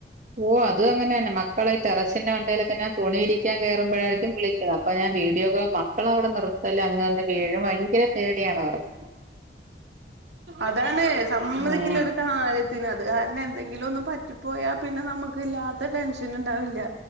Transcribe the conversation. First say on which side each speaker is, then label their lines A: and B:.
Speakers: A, on the right (about 40°); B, on the right (about 80°).
A: ഓ അതും അങ്ങനെന്നെ മക്കളെ ടെറസിന്റെ മണ്ടെലൊക്കെ ഞാൻ തുണി വിരിക്കാൻ കേറുമ്പോഴായിരിക്കും വിളിക്കുന്നത് അപ്പൊ ഞാൻ വീഡിയോകോ മക്കള അവിടെ നിർത്തല്ല അങ്ന്ന് വീഴും ഭയങ്ക ര പേടിയാണ് അവർക്ക്.
B: അതാണ് സമ്മതിക്കില്ല
A: ഏഹ്
B: എടുക്കണ വരേം ത്തില്ല അത് കാരണം എന്തെങ്കിലും ഒന്ന് പറ്റിപ്പോയാൽ പിന്നെ നമുക്ക് ഇല്ലാത്ത ടെൻഷൻ ഉണ്ടാവില്ല.